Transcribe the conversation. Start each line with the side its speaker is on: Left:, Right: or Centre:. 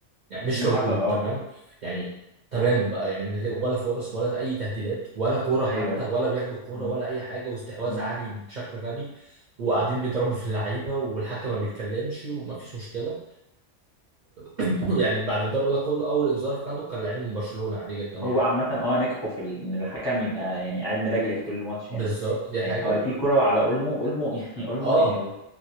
Right: يعني مش
Left: م. حصل
Right: موجود
Left: اه
Right: تمام يعني تماما بقى يعني من غير ولا فرص ولا اي تهديدات ولا كوره حتى
Left: ايوه ايوه
Right: ولا بياخدوا الكوره
Left: م-
Right: ولا اي حاجه واستحواذ
Left: م.
Right: عالي بشكل غبي وقاعدين بيضربوا في اللعيبه والحكم ما بيتكلمش ومفيش مشكله <clears throat> يعني بعد الضرب ده كله اول انذار خده كان لعيب من برشلونة عادي جدا يعني
Left: هو عامة اه نجحوا في ال- ان الحكم يبقى يعني قاعد ملجلج طول الماتش
Right: بالظبط
Left: يعني
Right: دي
Left: يعني
Right: حاجة
Left: اه في كرة على اولمو اولمو <laughs> يعني اولمو
Right: اه
Left: يعني